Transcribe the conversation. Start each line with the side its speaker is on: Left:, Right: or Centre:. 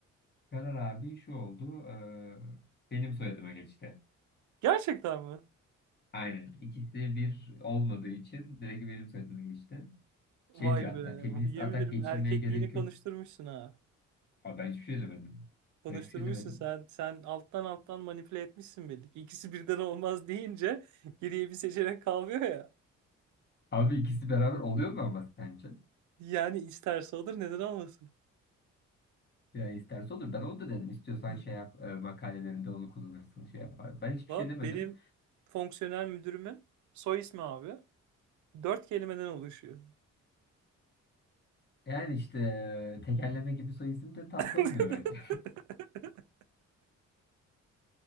Left: Karar abi şu oldu. ee, benim soyadıma geçti.
Right: Gerçekten mi?
Left: Aynen. İkisi bir olmadığı için direkt benim soyadıma geçti. Şey
Right: Vay
Left: diyor hatta
Right: be.
Left: feminist
Right: Yemin
Left: atak
Right: ederim
Left: geçirmeye
Right: erkekliğini
Left: gerek
Right: konuşturmuşsun
Left: yok.
Right: ha.
Left: Abi ben hiçbir şey demedim.
Right: Konuşturmuşsun
Left: Ben hiçbir şey demedim.
Right: sen. Sen alttan alttan manipüle etmişsin belli ki. İkisi birden olmaz deyince geriye bir seçenek kalmıyor ya.
Left: Abi ikisi beraber oluyor mu ama sence?
Right: Yani isterse olur neden olmasın?
Left: Ya isterse olur. Ben onu da dedim. İstiyorsan
Right: <laughs>
Left: şey yap, e, makalelerinde onu kullanırsın, şey yapar. Ben hiçbir
Right: Va
Left: şey demedim.
Right: benim fonksiyonel müdürümün soy ismi abi. Dört kelimeden oluşuyor.
Left: Yani işte e, tekerleme gibi soy isim de tatlı
Right: <laughs>
Left: olmuyor bence.